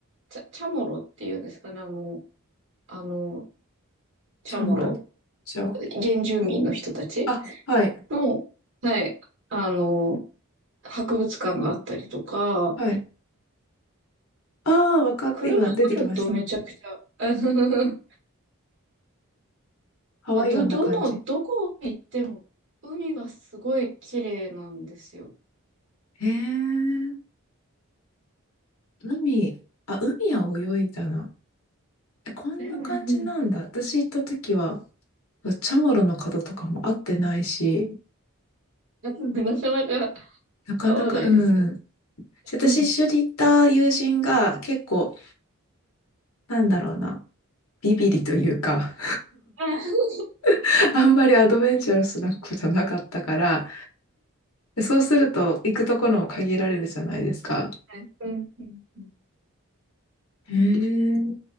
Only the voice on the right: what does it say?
チャ、チャモロっていうんですかね、あの、あの、チャモロ、
原住民の人たち
の、はい、あの、博物館があったりとか、
車があるとめちゃくちゃ、
あの
ど、どの、どこ行っても海がすごい綺麗なんですよ。
<laughs>
なかなか
合わないですよね。
うん。
は
い。うん。うんうん